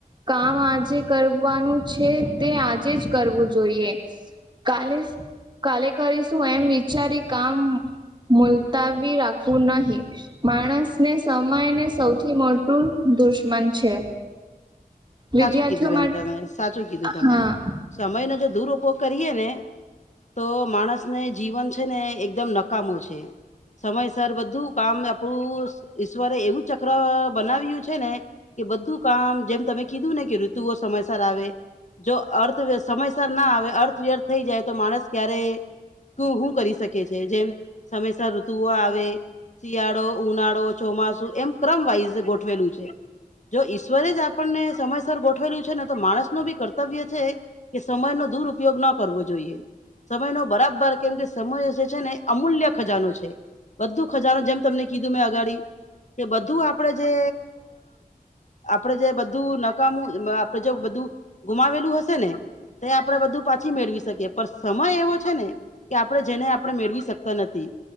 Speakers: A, on the right (about 30°); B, on the left (about 50°).
A: કામ આજે કરવાનું છે તે આજે જ કરવું જોઈએ. કાલે કાલે કરીશું એમ વિચારી કામ મુલતાવી રાખવું નહી માણસને સમયને સૌથી મો દુશ્મન છે.
B: સાચું
A: વિદ્યાર્થીઓ
B: કીધું બેન
A: માટે
B: તમે સાચું કીધું તમે,
A: હા.
B: સમયનો જો દૂર ઉપયોગ કરીએ ને. તો માણસને જીવન છે ને એકદમ નકામો છે. સમયસર બધું કામ આપણું ઈશ્વરે એવું ચક્ર બનાવ્યું છે ને, કે બધું કામ જેમ તમે કીધું ને કે ઋતુઓ સમયસર આવે. જો અર્થવ્ય સમયસર ના આવે અર્થવ્યર્થ થઈ જાય તો માણસ ક્યારે શું કરી શકે છે જેમ સમયસર તુઓ આવે, શિયાળો ઉનાળો ચોમાસું. એમ ક્રમ વાઈઝ ગોઠવેલું છે, જો ઈશ્વરે જ આપણને સમયસર ગોઠવેલું છે ને તો માણસ ન ભી કર્તવ્ય છે કે સમય નો દુર ઉપયોગ ના કરવો જોઈએ. સમય નો બરાબર કેમ કે સમ છે ને અમૂલ્ય ખજાનો છે, બધું ખજાનો જેમ તમને કીધું મેં અગાડી. એ બધું આપડે જે આપડે જે બધું આપડે જો બધું ગુમાવેલું હશે ને, તો આપણેે બધું પાછી મેળવી શકીએ. પર સમય એવો છે ને, કે આપણે જેને આપણે મેળવી શકતા નથી.